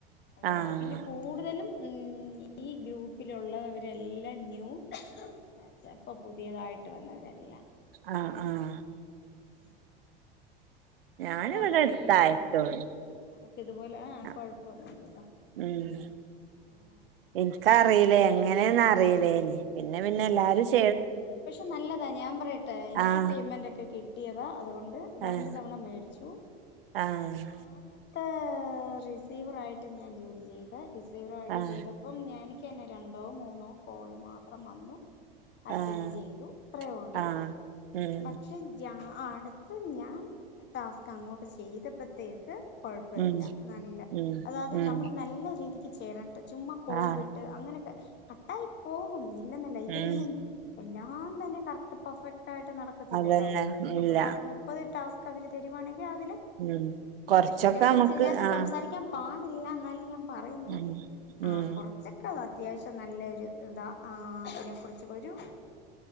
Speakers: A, on the left (about 35°); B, on the right (about 65°).
A: കണ്ടതോണ്ട്
B: ആഹ്
A: പിന്നെ കൂടുതലും ഉം ഈ ഗ്രൂപ്പിലുള്ളവരെല്ലാം ന്യൂ അ ചെൽപ്പൊ പുതിയതായി യിട്ട് വന്നവരല്ല
B: അആ ആ
A: ഉം പിന്നെ
B: ഞാനിവടെ
A: കൊഴപ്പ
B: അട്ത്തായിട്ടോള്ളു
A: ഇല്ലല്ലോ നമുക്ക് നമുക്ക് ഇതുപോലെ ആ
B: അ
A: കൊഴപ്പൊന്നുമില്ലല്ലോ
B: ഉം
A: ആഹ്
B: ഇൻക്കറീലേ ഇങ്ങനേന്നറീലേനി പിന്നെ പിന്നെ എല്ലാരും ച്
A: പക്ഷെ നല്ലതാ ഞാൻ പറയട്ടെ എനിക്ക്
B: ആഹ്
A: പേയ്മെന്റ് ഒക്കെ കി ട്ടിയത അതുകൊണ് ണ്ട് രണ്ട്
B: ആഹ്
A: തവണ മേടിച്ചു
B: ആഹ്
A: ആദ്യതെ ഇപ്പോ റിസീവർ ആയിട്ടും ഞാൻ ജോലി ചെയ്ത റിസി റിസീവറായിട്ട്
B: ആഹ്
A: ചെയ്തപ്പം ഞാനി ക്കെന്നെ രണ്ടോ മൂന്നോ കോള് മാത്രം വന്നു അറ്റൻ്റ്
B: ആഹ്
A: ചെയ്തു ഇത്രേ ഒള്ളൂ
B: ആഹ് ഉം
A: പക്ഷെ ജാ ആ അട്ത്ത് ഞാൻ ടാസ്ക് അങ്ങോട്ട് ചെയ്തപ്പത്തേക്ക് കൊഴപ്പവില്ല
B: ഉം
A: നല്ല
B: ഉം
A: അതായത്
B: ഉം
A: നമ്മള് നല്ല രീതി ക്കി ചെയ്യണം ചുമ്മാക്കോള്
B: ആഹ്
A: വിട്ട് അങ്ങനൊക്കെ കട്ടായി പോകും ഇല്ലെന്നല്ല ഇത്
B: ഉം
A: എല്ലാം തന്നെ കറക്ട് പെർഫെ ട്ടായിട്ട് നടക്കത്തില്ലല്ലോ
B: അതന്നെ
A: അപ്പൊ
B: ഇല്ല
A: പ്പ മുപ്പത് ടാസ് കവര് തരുവാണെ രാവിലെ
B: ഉം കൊറച്ചൊക്കെ
A: പക്ഷെ അതിനെ കുറിച്ച്
B: നമുക്ക്
A: ഇതിനാത്ത്
B: ആഹ്
A: സംസാരിക്കാൻ പാടി ഇല്ല എന്നാലും ഞാൻ പറയുന്നു
B: ഉം
A: ആ
B: ഉം
A: കൊറച്ചൊക്കെ അത്യാവശ്യം നല്ല ഒരു ഇതാ ആ ആപിനേ കുറിചും ഒരു